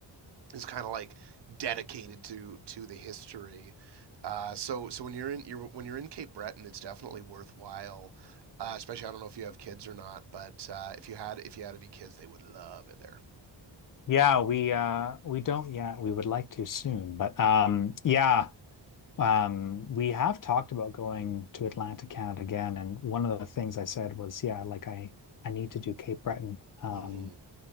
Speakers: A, on the right (about 65°); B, on the left (about 50°).
A: is kind of like dedicated to to the history. Uh, so so when you're in you're, when you're in Cape Breton, it's definitely worthwhile. Uh, especially, I don't know if you have kids or not, but uh, if you had if you had any kids, they would love it there.
B: Yeah, we uh we don't yet. We would like to soon, but um yeah, Um, we have talked about going to Atlantic Canada again, and one of the things I said was, yeah, like I I need to do Cape Breton. Um,
A: hmm